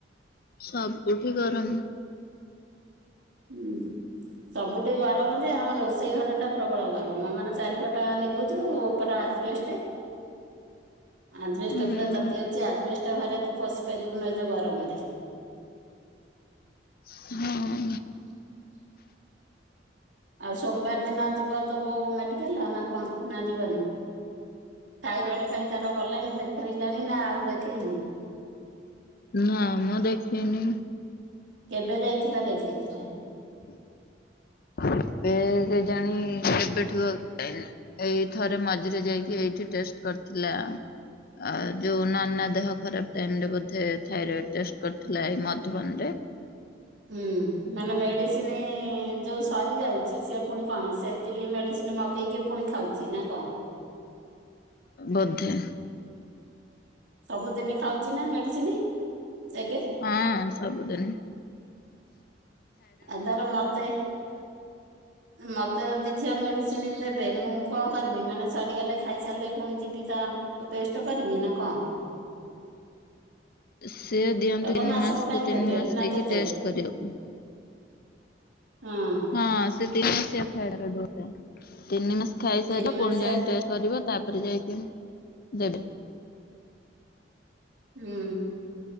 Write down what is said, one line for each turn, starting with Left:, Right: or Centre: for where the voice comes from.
Left: ସବୁଠି ଗରମ।
Right: ହୁଁ। ସବୁଠି ଗରମ ଯେ ଆମର ରୋଷେଇ ଘର ଟା ପ୍ରବଳ ଗରମ। ମାନେ ଚାରିପଟ ନିବୁଜ ଓ ଉପର ଆଜ୍ ଜବେଷ୍ଟ ଆଜିବେଷ୍ଟ
Left: ହୁଁ
Right: ପୁରା ତାତିଯାଉ ଆଜିବେଷ୍ଟ ଘରେ ତୁ ପଶି ପାରିବୁନୁ ଏ ଯୋଉ ଗରମରେ।
Left: ହଁ।
Right: <inaudible> ଆଉ ସୋମବାର ଦିନ ଯିବ ତୋ ବୋଉ ମେଡିକାଲ୍ ନା କଣ ନା ଯିବନି? ଥାଇରଏଡ଼ ପାଇଁ ତାର ଗଲାଣି ଦେଖେଇଲାଣି ନା ଆଉ ଦେଖେଇନି?
Left: ନାମ ଦେଖେଇନି।
Right: କେବେ ଯାଇଥିଲା ଦେଖେଇଥିଲା?
Left: <inaudible> ଏବେ କେଜାଣି କେବେଠୁ <unintelligible> ଏଇ ଥରେ ମଝିରେ ଯାଇକି ଏଇଠି ଟେଷ୍ଟ କରିଥିଲା ଆ ଯୋଉ ନନା ଦେହ ଟାଇମ୍ ରେ ବୋଧେ ଥାଇରଏଡ ଟେଷ୍ଟ କରିଥିଲା ଏଇ ମଧୁଵନରେ
Right: ହୁଁ ମାନେ ମେଡିସିନ ଯୋଉ ସରିଯାଉଚି ସିଏ ପୁଣି କଣ ସେତିକି ମେଡିସିନ ମଗେଇକି ପୁଣି ଖାଉଚି ନା କଣ?
Left: ବୋଧେ
Right: ସବୁଦିନ ଖାଉଚି ନା ମେଡିସିନ? ଏବେ
Left: ହଁ ସବୁଦିନି
Right: ଆ ଧର ମତେ ମତେ ଯଦି ଝିଅ ମେଡିସିନ ଦେବେ ଏବେ ମୁଁ କଣ କରମି ମାନେ ସରିଗଲେ ଖାଇସାରିଲେ, ପୁଣି ଯିବି ତ ଟେଷ୍ଟ କରମି ନା କଣ?
Left: ସେ ଦିଅନ୍ତୁ
Right: ହେବ
Left: ତିନି
Right: ମାସକ
Left: ମାସକୁ
Right: ପାଇଁ
Left: ତିନି
Right: ଦେବେ
Left: ମାସ
Right: ନା
Left: ଯକି
Right: କେତେ
Left: ଟେଷ୍ଟ କରିବାକୁ
Right: ହଁ
Left: ହଁ ସେ ତିନି ମସିଆ ଥାଇରଏଡ ଡୋଜ ଟା ତିନିମାସ ଖାଇସାରିଲା
Right: ତିନି ମାସ
Left: ପୁଣି ଯାଇକି ଟେଷ୍ଟ କରିବ ତାପରେ ଯାଇକି ଦେବେ
Right: ହୁଁ।